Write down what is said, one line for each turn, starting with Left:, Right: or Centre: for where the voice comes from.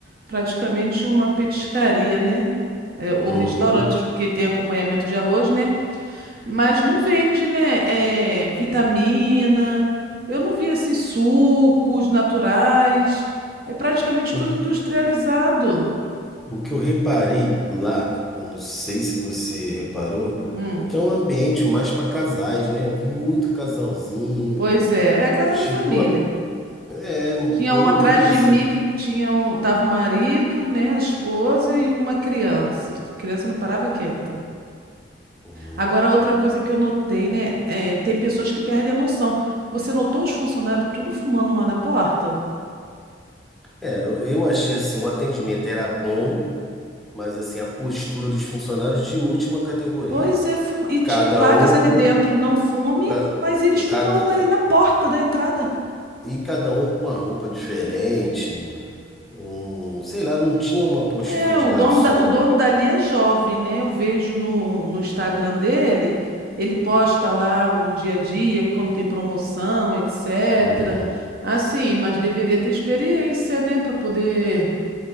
Right: praticamente uma petiscaria, né? É, ou
Centre: Uhum.
Right: restaurante, porque tem acompanhamento de arroz, né? Mas não vende, né? É, vitamina. Eu não vi assim sucos naturais. É praticamente
Centre: O,
Right: tudo industrializado.
Centre: o que eu reparei lá, eu não sei se você reparou,
Right: Hum,
Centre: que é um ambiente mais para casais, né? Eu vi muito casalzinho.
Right: pois é, é casal
Centre: Tipo,
Right: e família.
Centre: é, eu
Right: Tinha um
Centre: não
Right: atrás
Centre: vi
Right: de
Centre: assim.
Right: mim que tinha um, tava o marido, né, a esposa e uma criança. A criança não parava quieta.
Centre: Uhum.
Right: Agora, outra coisa que eu notei, né, é, tem pessoas que perdem a noção. Você notou os funcionários tudo fumando lá na porta?
Centre: É, eu eu achei assim, o atendimento era bom. mas assim, a postura dos funcionários de última categoria.
Right: Pois é, fum... e tinha
Centre: Cada
Right: placas
Centre: um
Right: ali
Centre: com
Right: dentro, não fume,
Centre: ca-
Right: mas eles fumando
Centre: cada
Right: ali na porta da entrada.
Centre: e cada um com a roupa diferente. Um, sei lá, não tinha uma postura
Right: É,
Centre: de
Right: o
Centre: garçom.
Right: dono da, o dono dali é jovem, né? Eu vejo no, no Instagram dele, ele posta lá o dia a dia, quando tem promoção, etc.
Centre: Uhum.
Right: Assim, mas deveria ter experiência, né, para poder